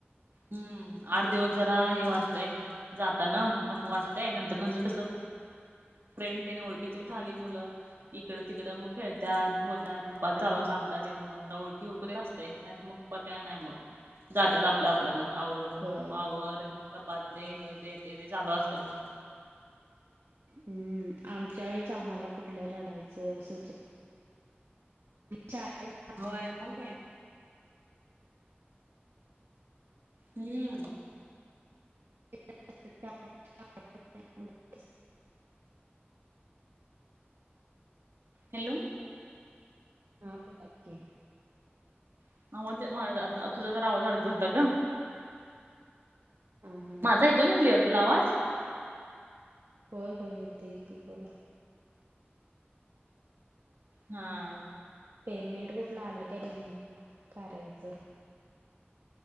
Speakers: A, on the right (about 65°); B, on the right (about 85°).
A: हम्म आठ दिवस जरा हे वाटतंय जाताना नको वाटतंय नंतर नंतर कसं
B: ह
A: फ्रेंड तेन ओळखीचे झाली मुलं इकडं तिकडं मग खेळतात, बोलतात <unintelligible> चार वाजता अभ्यास तेन मग ओळखी हु पर्यंत असते नाहीतर मग पर काय नाय मग जात्यात आप आपलं मग आवरुन,
B: होय
A: मम्मा आवर, कपा दे, हे दे ते दे चालू असते मग
B: हम्म आमच्या वेळेच आम्हाला कुठलं रडायचं सूच चारज
A: मोय कोण काय हम्म.
B: <unintelligible>
A: हॅलो.
B: हा बोला की
A: <unintelligible> तुझा जरा आवाज अडकत ता ग
B: उहू.
A: माझा येतोय ना क्लिअर तुला आवाज?
B: होय होय येतोय की बोला
A: हा.
B: पेमेंट कुठलं आलं काय नाही मग कार्याच?